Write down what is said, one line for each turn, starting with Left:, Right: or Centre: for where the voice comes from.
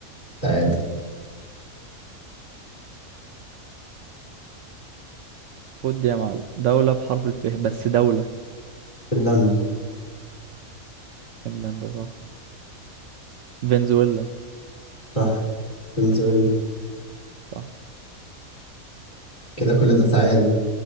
Left: تعادل
Right: خد دي يا معلم دولة بحرف الف بس دولة
Left: فنلندا
Right: فنلندا صح فنزويلا
Left: صح فنزويلا
Right: صح
Left: كده كل ده تعادل